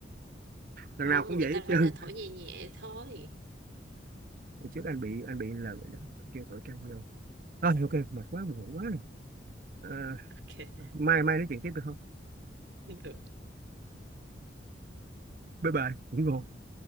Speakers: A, on the right; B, on the right.
A: lần
B: không
A: nào cũng
B: người
A: vậy
B: ta
A: hết
B: bảo
A: trơn
B: là thổi nhẹ nhẹ thôi
A: Hồi trước anh bị anh bị là vậy đó kêu thổi căng vô thôi ok mệt quá buồn ngủ quá rồi à,
B: ok
A: mai mai nói chuyện tiếp được không
B: <laughs> được
A: bye bye ngủ ngon